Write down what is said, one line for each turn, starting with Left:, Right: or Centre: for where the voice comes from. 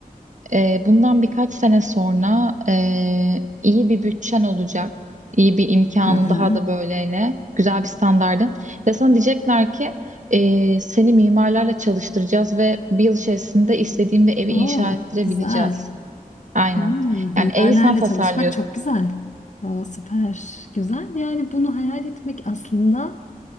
Right: e, bundan birkaç sene sonra e, iyi bir bütçen olacak, iyi bir imkanın
Left: Hı hı.
Right: daha da böyle güzel bir standardın ve sana diyecekler ki e, seni mimarlarla çalıştıracağız ve bir yıl içerisinde istediğin bir evi
Left: Oo,
Right: inşa ettirebileceğiz.
Left: güzel.
Right: Aynen.
Left: Hmm,
Right: Yani
Left: mimarlarla
Right: evi sen tasarlıyorsun.
Left: çalışmak çok güzel. Oo, süper. Güzel. Yani bunu hayal etmek aslında